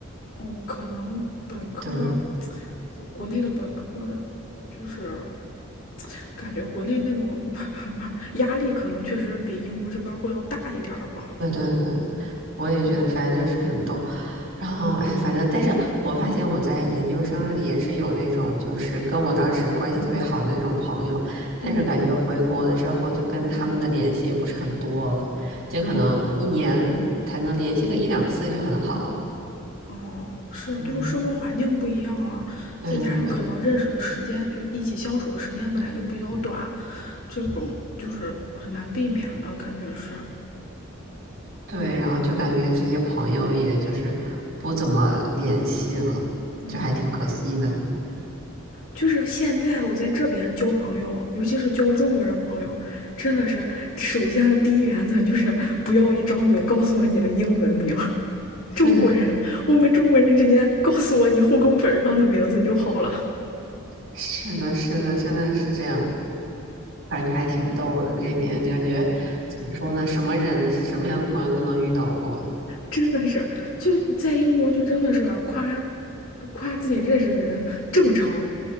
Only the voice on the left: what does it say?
哦，可能本科，
国内的本科，就是感觉国内那种 <laughs> 压力，可能确实比英国这边会要大一点儿吧。
嗯，
哦，是，
就是生活环境不一样了，
再加上可能认识的时间，就一起相处的时间本来就比较短，这种就是很难避免的感觉是，
嗯，
就是现在我在这边交朋友，尤其是交中国人朋友，真的是首先的第一原则就是 <laughs> 不要一张嘴告诉我你的英文名，<laughs> 中国人，
我们中国人之间告诉我你户口本上的名字就好了。
真的是，就在英国就真的是夸夸自己认识的人，正常